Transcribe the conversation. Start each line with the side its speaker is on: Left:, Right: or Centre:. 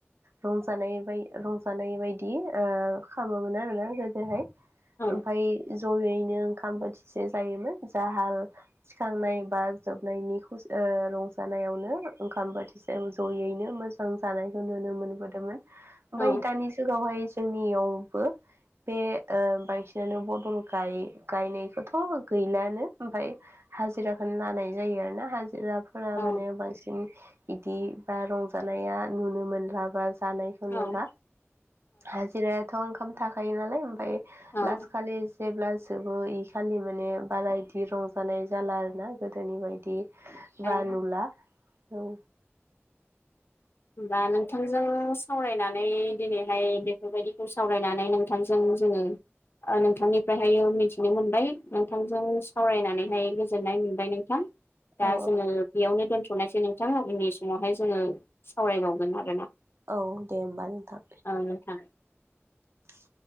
Right: रंजानाय बाय रंजानाय बायदि खालामोमोन आरोना हाय
Left: औ
Right: ओमफ्राय ज'यैनो ओंखाम बोथिसे जायोमोन जाहाल थिखांनाय बा जोबनायनि खुसि रंजानाय नो ओंखाम बोथिसे जयैनो मोजां जानायखौ नुनो मोनबोदोंमोन ओमफ्राय
Left: औ
Right: दानि जुगावहाय जोंनियावबो बे बांसिनानो बदल गायनायखौथ' गैलानो ओमफ्राय हाजिराखौनो लानाय जायो आरोना हाजिरा फोरा
Left: औ
Right: माने बांसिन बिदि बा रंजानाया नुनो मोनला बा जानायखौ नुबा
Left: औ
Right: हाजिरायाथ ओंखाम थाखायो नालाय ओमफ्राय
Left: औ
Right: लास खालि जेब्ला जोबो इ खालि माने बारा बिदि रंजानाय जाला आरोना गोदोनि बायदि ब
Left: औ
Right: नुला औ
Left: होमबा नोंथांजों नों सावरायनानै दिनैहाय बेफोरबायदिखौ सावरायनानै नोंथांजों जोंङो नोंथांनिफ्रायहायो मिथिनो मोनबाय नोंथांजों सावरायनानैहाय गोजोननाय मोनबाय नोंथां
Right: औ
Left: दा जोंङो बेयावनो दोनथ' नायसै नोंथाङा उननि समावहाय जोंङो सावरायबावगोन आरोना
Right: औ दे होमबा नोंथां
Left: ओ नोंथां।
Right: <inaudible>